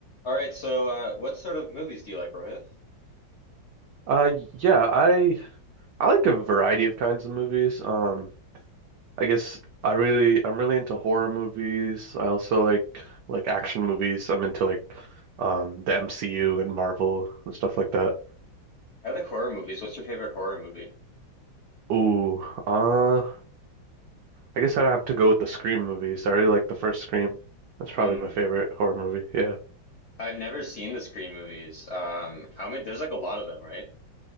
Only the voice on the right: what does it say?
Uh, yeah, I I like a variety of kinds of movies. Um, I guess I really I'm really into horror movies. I also like like action movies. I'm into like um the MCU and Marvel and stuff like that.
Ooh, uh, I guess I'd have to go with the Scream movies. I really like the first Scream. That's probably
my favorite horror movie. Yeah.